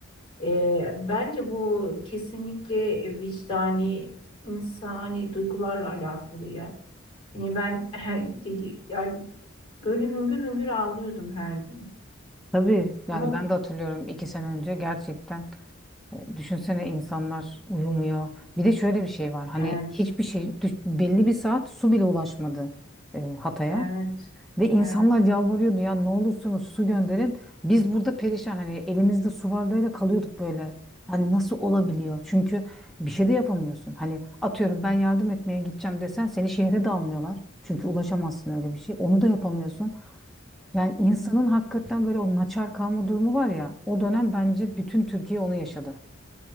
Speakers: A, on the left; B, in the centre.
A: Ee, bence bu kesinlikle vicdani, insani duygularla alakalı ya. Yani ben <laughs> dedi yani böyle hüngür hüngür ağlıyordum her gün.
B: Tabii yani
A: Ama
B: ben
A: bu-
B: de hatırlıyorum iki sene önce gerçekten e, düşünsene insanlar uyumuyor. Bir de şöyle bir şey var hani
A: evet,
B: hiçbir şey düş- belli bir saat su bile ulaşmadı e, Hatay'a.
A: evet,
B: Ve insanlar
A: evet.
B: yalvarıyordu ya ne olursunuz su gönderin. Biz burada perişan hani elimizde su bardağıyla kalıyorduk böyle. Hani nasıl olabiliyor? Çünkü bir şey de yapamıyorsun. Hani atıyorum ben yardım etmeye gideceğim desen seni şehre de almıyorlar. Çünkü ulaşamazsın öyle bir şey. Onu da yapamıyorsun. Yani insanın
A: evet.
B: hakikaten böyle o naçar kalma durumu var ya. O dönem bence bütün Türkiye onu yaşadı.